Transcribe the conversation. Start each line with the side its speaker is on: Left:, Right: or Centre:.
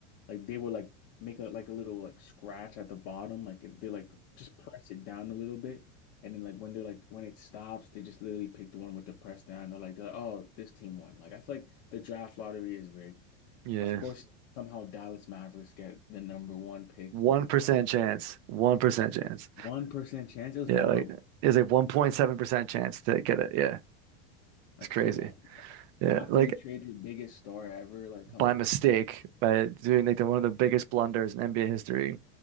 Left: like they would like make a like a little like scratch at the bottom like it- they like just press it down a little bit and then like when they're like when it stops they just literally pick the one with the press down or like they're like oh this team won like I feel like the draft lottery is rigged.
Right: Yeah.
Left: Of course, somehow Dallas Mavericks get the number one pick,
Right: 1%
Left: Cooper Flag.
Right: chance. 1% chance.
Left: One percent chance it was
Right: Yeah,
Left: that
Right: like
Left: low?
Right: it's a 1.7% chance to get it. Yeah.
Left: Like,
Right: It's crazy.
Left: come on, bro.
Right: Yeah.
Left: After
Right: Like
Left: you trade your biggest star ever, like, come
Right: by
Left: on.
Right: mistake by doing like the, one of the biggest blunders in NBA history.